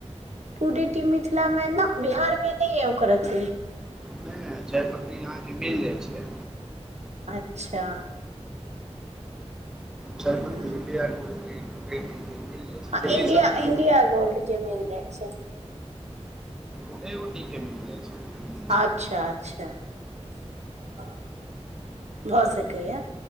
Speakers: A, on the right (about 75°); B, in the centre.
A: टूडेटी मिथिलामे नऽ बिहारमे नैय अय ओकर अथी।
B: नैय-नैय चायपत्ती अहाँके मिल जाइ छै।
A: अच्छा।
B: चायपत्ती
A: ह
B: इंडिया गोल्ड के टुडेटी के मिल जाइ छै
A: हँ
B: दिल्ली
A: इंडिया
B: सभमे
A: इंडिया
B: तऽ
A: गोल्ड के मिल जाइ छै।
B: टूडेओटी के मिल जाइ छै।
A: अच्छा अच्छा ऑ भऽ सकैया।